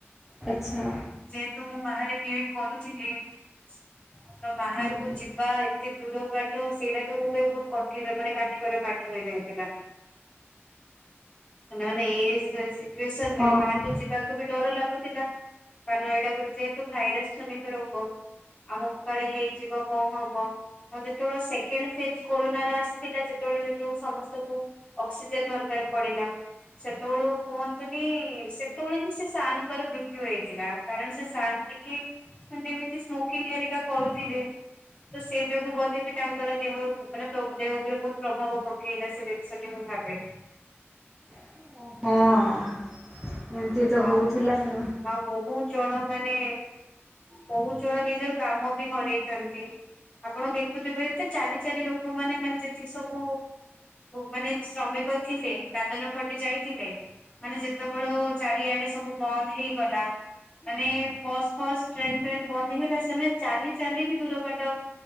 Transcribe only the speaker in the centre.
ଆଚ୍ଛା
ହଁ
ହଁ
ହଁ। ଏମିତି ତ ହଉଥିଲା
ଆଉ